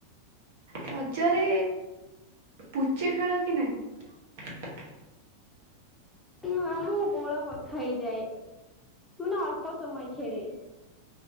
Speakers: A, on the right; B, in the centre.
A: ରଜରେ ପୁଚି ଖେଳ କି ନାଇଁ।
B: ନୁ ଆମ ଗୋଳା ବଥା ହେଇଯାଏ। ମୁଁ ନା ଅଳ୍ପ ସମୟ ଖେଳେ।